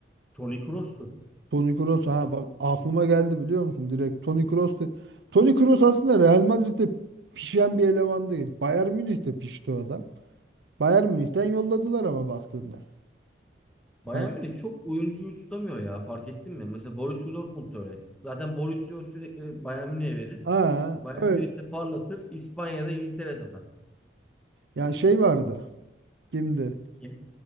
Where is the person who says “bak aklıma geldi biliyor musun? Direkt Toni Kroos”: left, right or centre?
Right